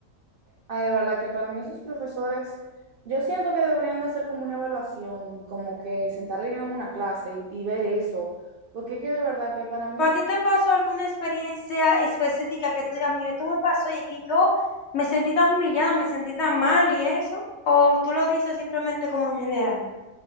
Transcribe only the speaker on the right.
Ay, de verdad que para mí esos profesores, yo siento que deberían de hacer como una evaluación, como que sentarle en una clase y, y ver eso, porque es que de verdad que para mí,